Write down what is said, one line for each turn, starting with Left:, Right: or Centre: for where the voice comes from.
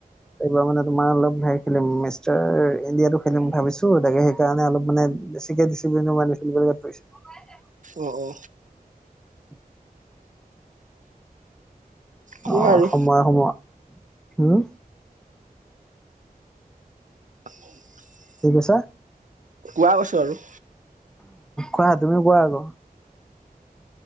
Centre: এইবাৰ মানে তোমাৰ অলপ হেৰি খেলিম মিষ্টাৰ ইণ্ডিয়াটো খেলিম ভাবিছো তাকে সেইকাৰণে অলপ মানে বেছিকে দিছিপ্লিন <unintelligible>
Right: অ অ
Centre: <inaudible>
Right: কোৱা
Centre: অ'
Right: আৰু
Centre: সময় হ'ব? হম
Right: <inaudible>
Centre: ঠিক আছে?
Right: কোৱা কৈছো আৰু
Centre: কোৱা তুমিও কোৱা আকৌ